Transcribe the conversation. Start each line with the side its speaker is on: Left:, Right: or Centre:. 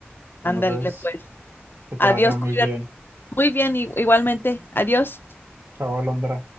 Right: Bueno,
Left: Ándale,
Right: pues,
Left: pues.
Right: que te
Left: Adiós,
Right: vaya muy
Left: cuídate.
Right: bien.
Left: Muy bien, i- igualmente. Adiós.
Right: Chao, Alondra.